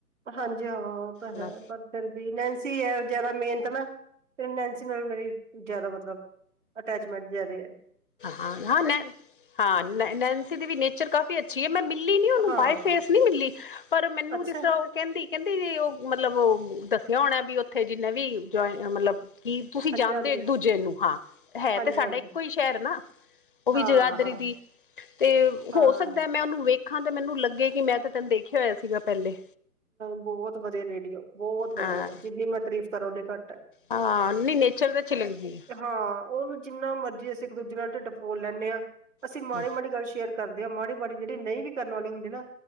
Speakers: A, on the right; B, on the left.
A: ਹਾਂਜੀ ਹਾਂ ਉਹ ਤਾਂ ਹੈ
B: ਹਨਾ।
A: ਪਰ ਫਿਰ ਵੀ ਨੈਨਸੀ ਐ ਜਾਦਾ ਮਿਹਨਤ ਨਾ ਫਿਰ ਨੈਨਸੀ ਨਾਲ ਮੇਰੀ ਜਿਆਦਾ ਮਤਲਬ ਅਟੈਚਮੈਂਟ ਜੇਆ ਰੇਆ।
B: ਹਾਂ ਨਾ ਹਾਂ ਨੈਨਸੀ ਦੀ ਵੀ ਨੇਚਰ ਕਾਫ਼ੀ ਅੱਛੀ ਏ, ਮੈਂ ਮਿਲੀ ਨੀ ਓਨੂੰ
A: ਹਾਂ
B: ਬਏਫੇਸ ਨੀ ਮਿਲੀ ਪਰ ਮੈਨੂੰ
A: ਅੱਛਾ
B: ਜਿਸ ਤਰ੍ਹਾਂ ਓ ਕੇਂਦੀ-ਕੇਂਦੀ ਓ ਮਤਲਬ ਓ ਦੱਸਿਆ ਹੋਣਾ ਵੀ ਉੱਥੇ ਜਿੰਨੇ ਵੀ ਜ ਮਤਲਬ ਕਿ ਤੁਸੀਂ
A: ਹਾਂਜੀ
B: ਜਾਂਦੇ
A: ਹਾਂਜੀ
B: ਹੋ ਇੱਕ ਦੂਜੇ ਨੂੰ ਹਾਂ ਹੈ
A: ਹਾਂਜੀ
B: ਤੇ ਸਾਡਾ
A: ਹਾਂਜੀ
B: ਇੱਕੋ ਹੀ ਸ਼ਹਿਰ ਓਵੀ
A: ਹਾਂ
B: ਜਗਾਦਰੀ
A: ਹਾਂ
B: ਦੀ ਤੇ
A: ਹਾਂ
B: ਹੋ ਸਕਦਾ ਮੈਂ ਓਨੂੰ ਵੇਖਾਂ ਤੇ ਮੈਨੂੰ ਲੱਗੇ ਕਿ ਮੈਂ ਤੇ ਤੈਨੂੰ ਦੇਖਿਆ ਹੋਯਾ ਸੀਗਾ ਪੈਲੇ।
A: ਬੋਤ ਵਧੀਆ ਲੇਡੀ ਓ ਬੋਤ ਵਧੀਆ
B: ਹਾਂ
A: ਜਿੰਨੀ ਮੈਂ ਤਾਰੀਫ਼ ਕਰਾਂ ਓਨੀ ਕਟ
B: ਹਾਂ ਨੀ ਨੇਚਰ ਤੇ ਅਛੀ ਲੱਗਦੀ ਏ।
A: ਹਾਂ ਓ ਜਿੰਨਾ ਮਰਜ਼ੀ ਅਸੀਂ ਏਕ ਦੂਜੇ ਨਾਲ ਢਿੱਡ ਫੋਲ ਲੈਂਦੇ ਆ। ਅਸੀਂ
B: ਹੈ
A: ਮਾੜੀ-ਮਾੜੀ ਗੱਲ ਸ਼ੇਅਰ ਕਰਦੇ ਆ, ਮਾੜੀ-ਮਾੜੀ ਜਿਹੜੀ ਨਈ ਵੀ ਕਰਨ ਵਾਲੇ ਹੁੰਦੇ ਨਾ।